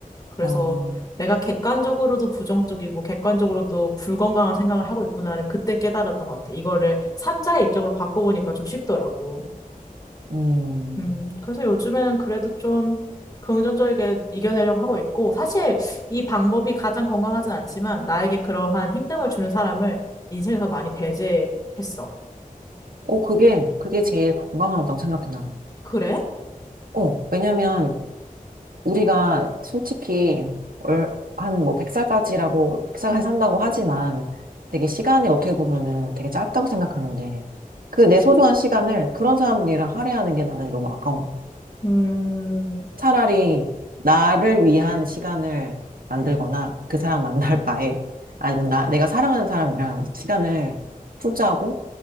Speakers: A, on the left; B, on the right.
A: 그래서
B: 아,
A: 내가 객관적으로도 부정적이고 객관적으로도 불건강한 생각을 하고 있구나를 그때 깨달았던 것 같아. 이거를 삼자의 입장으로 바꿔보니까 좀 쉽더라고.
B: 음.
A: 음, 그래서 요즘에는 그래도 좀 긍정적이게 이겨내려고 하고 있고, 사실 이 방법이 가장 건강하진 않지만 나에게 그러한 힘듦을 주는 사람을 인생에서 많이 배제했어.
B: 어, 그게, 그게 제일 건강하다고 생각해, 나는.
A: 그래?
B: 어, 왜냐면, 우리가 솔직히 얼, 한뭐 100살까지라고 백 살까지 산다고 하지만 되게 시간이 어떻게 보면은 되게 짧다고 생각하는데 그 내 소중한 시간을 그런 사람들이랑 할애하는 게 나는 너무 아까운 거
A: 음,
B: 차라리 나를 위한 시간을 만들거나 그 사람 만날 바에 아니면 나 내가 사랑하는 사람이랑 시간을 투자하고